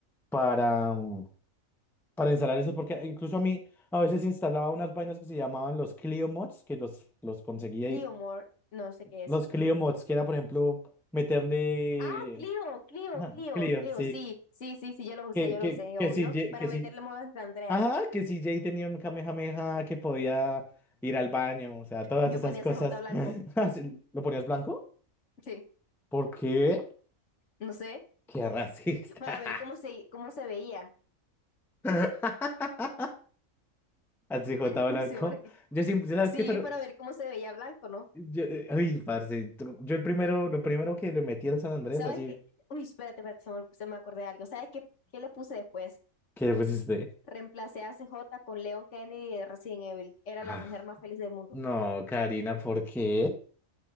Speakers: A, in the centre; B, on the left.
A: para, mm, para instalar eso, porque incluso a mí a veces instalaba unas vainas que se llamaban los Clio Mods, que los, los conseguía
B: Clio
A: y
B: More, no sé qué es.
A: los Clio Mods, que era, por ejemplo, meterle...
B: Ah, Clio, Clio,
A: Ajá,
B: Clio,
A: Clio,
B: Clio,
A: sí.
B: sí, sí, sí, sí, yo lo usé,
A: Que,
B: yo
A: que,
B: lo usé,
A: que
B: obvio,
A: si, Ye-
B: para
A: que si,
B: meterle modas de Andreas.
A: ajá, que si Jay tenía un Kamehameha que podía ir al baño, o sea, todas
B: Yo
A: esas
B: ponía
A: cosas.
B: C CJ blanco,
A: <laughs> ¿Lo ponías blanco?
B: sí,
A: ¿Por qué?
B: no sé,
A: Qué racista.
B: yo- para ver cómo se, cómo se veía,
A: <laughs> Así, J
B: <laughs> no
A: Blanco.
B: sé por qué.
A: Yo siempre, ¿sabes
B: Sí,
A: qué? Pero,
B: para ver cómo se veía blanco, ¿no?
A: yo, eh, ay, parce, tú- yo el primero, lo primero que le metí al San Andrés,
B: ¿Sabes
A: así,
B: qué? Uy, espérate, espérate, se me, se me acordé de algo. ¿Sabes qué, qué le puse después?
A: ¿Qué fue este.
B: Reemplacé a C J con Leon Kennedy de Resident Evil. Era
A: Ah,
B: la mujer más feliz del mundo.
A: no, Karina, ¿por qué?